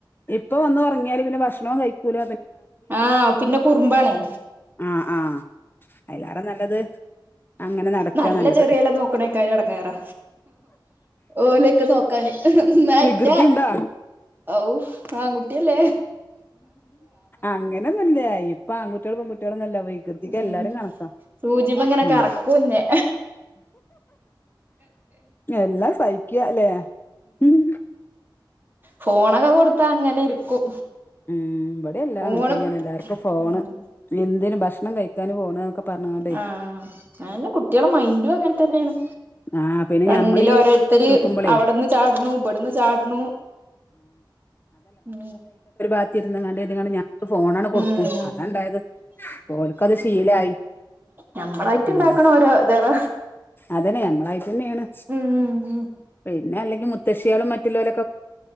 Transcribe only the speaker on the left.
ഇപ്പൊ വന്ന് ഒർങ്ങി യാല് ഭക്ഷണോം കയിക്കൂല
ആഹ് ആഹ് അയിലാറെ നല്ലത് അങ്ങനെ നടക്കാ
നല്ലത്
വികൃതി
ഇണ്ടാ
അങ്ങനെന്നുല്ല ഇപ്പൊ ആൺകുട്ടികള പെൺകുട്ടികളൊന്നല്ല വികൃതിക്ക് എല്ലാരും
കണക്കാ
ഉ
എല്ലാം സഹിക്ക ല്ലെ ഉം
ഉം ബ ല്ല
അത് തന്നെയാണ് എല്ലർക്കും ഫോണ്
എന്തിനും ഭക്ഷണം കഴിക്കാനും ഫോണ് എന്നൊക്കെ പറഞ്ഞ്ങ്ങാണ്ടേ
ആഹ് പിന്നെ
ഞമ്മളീ
നിക്കുമ്പളേ
പത്തിരുന്നങ്ങതിങ്ങ ഞ ഫോണണ് കൊടുക്കും
അതാണ്ടായത് ഓലക് അത് ശീലായി
ഉം
അതനെ നമ്മളായി തന്നെയാണ്
പിന്നെയല്ലെങ്കി ഋക്ഷികളും മറ്റുലേലൊ